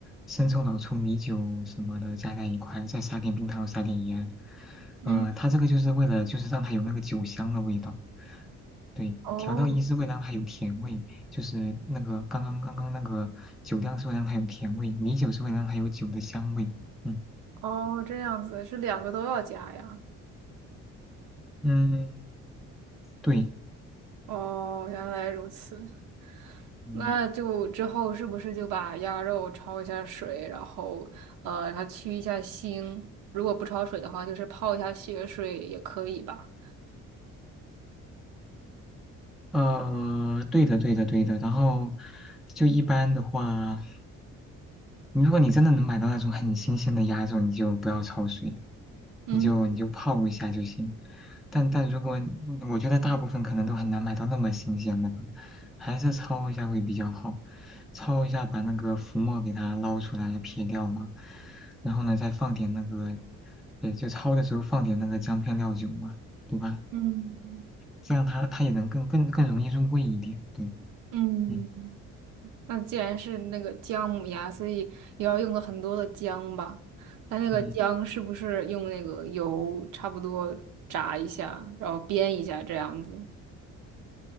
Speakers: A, in the centre; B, on the right.
A: 生抽、老抽、米酒什么的加在一块，再撒点冰糖，撒点盐。呃，
B: 嗯，
A: 它这个就是为了就是让它有那个酒香的味道，对，
B: 哦
A: 调料一是为了让它有甜味，就是那个刚刚刚刚那个酒量是会让它有甜味，米酒是会让它有酒的香味。嗯
B: 哦，这样子是两个都要加呀。
A: 嗯，对。
B: 哦，原来如此。
A: 嗯。
B: 那就之后是不是就把鸭肉焯一下水，然后呃，让它去一下腥？如果不焯水的话，就是泡一下血水也可以吧？
A: 呃，对的，对的，对的。然后就一般的话，你如果你真的能买到那种很新鲜的鸭肉，你就不要焯水，
B: 嗯。
A: 你就你就泡一下就行。但但如果我觉得大部分可能都很难买到那么新鲜的，还是焯一下会比较好。焯一下，把那个浮沫给它捞出来撇掉嘛，然后呢再放点那个，也就焯的时候放点那个姜片料酒嘛，对吧？
B: 嗯
A: 这样它它也能更更更容易入味一点，对。
B: 嗯，
A: 嗯。
B: 那既然是那个姜母鸭，所以也要用了很多的姜吧？它那个姜是不是用那个油差不多炸一下，
A: 嗯
B: 然后煸一下这样子？